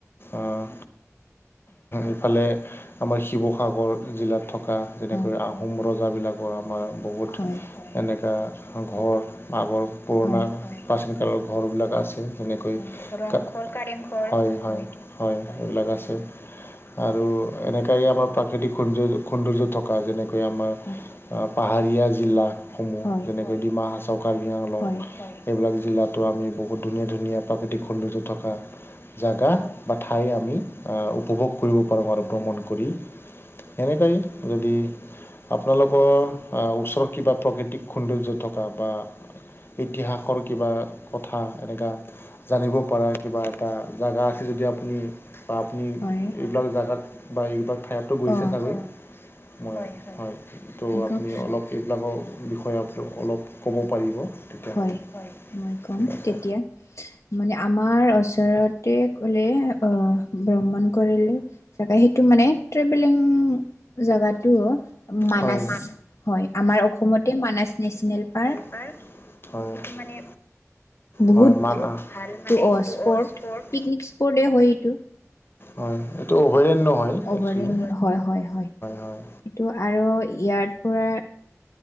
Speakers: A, on the left; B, on the left.
A: অঁ ইফালে আমাৰ শিৱসাগৰ জিলাত থকা যেনেকৈ
B: অ
A: আহোম ৰজা বিলাকৰ আমাৰ বহুত
B: হয়
A: এনেকা ঘৰ আগৰ পুৰণা
B: হয়
A: প্ৰাচীন কালৰ ঘৰবিলাক আছ আছে যেনেকৈ, ৰংঘৰ, কাৰেংঘৰ হয় হয় হয় এইবিলাক আছে। আৰু এনেকাই আমাৰ প্ৰাকৃতিক সৌন্দৰ্য সৌন্দৰ্য থকা যেনেকৈ আমাৰ অ
B: হয়
A: পাহাৰীয়া জিলাসমূহ
B: হয়
A: যেনেকৈ ডিমা হাচও, কাৰ্বি আংলং
B: হয়
A: এইবিলাক জিলাতো আমি বহুত ধুনীয়া ধুনীয়া প্ৰাকৃতিক সৌন্দৰ্য থকা জাগা। বা ঠাই আমি আ উপভোগ কৰিব পাৰোঁ আৰু ভ্ৰমণ কৰি, সেনেকাইয়ে। যদি আপোনালোকৰ ওচৰত কিবা প্ৰাকৃতিক সুন্দৰ্য্য থকা বা ইতিহাসৰ কি কিবা কথা এনেকুৱা জানিব পৰা কিবা এটা জেগা আছে যদি আপুনি বা আপুনি
B: হয়
A: এইবিলাক জেগাত বা এইবিলাক ঠাইতো গৈছে
B: অ
A: চাগৈ। হয়, হয় ত'
B: মই
A: আপুনি
B: কম
A: অলপ এইবিলাকৰ বিষয়ে অলপ ক'ব পাৰিব? তেতিয়াহ'লে
B: হয় মই কম
A: ঠিক আছে
B: তেতিয়া মানে আমাৰ ওচৰত তে কলে আহ, ভ্ৰমণ কৰিলে চাগে সেইটো মানে ট্ৰেভেলিং জেগাটো মানাছ
A: হয়
B: হয়, আমাৰ অসমতে মানাছ নেশ্যনেল পাৰ্ক।
A: হয়, সেইটো মানে
B: বহুত
A: হয়, মানাহ বহুত ভাল মানে সেইটো
B: অ স্পট
A: অন স্পৰ্ত।
B: পিকনিক স্পটে হয় এইটো
A: হয়, এইটো অভয়াৰণ্য হয়।
B: অভয়াৰণ্য
A: একচুৱেলি
B: হয়, হয়, হয়
A: হয়।
B: এইটো আৰু ইয়াত পৰা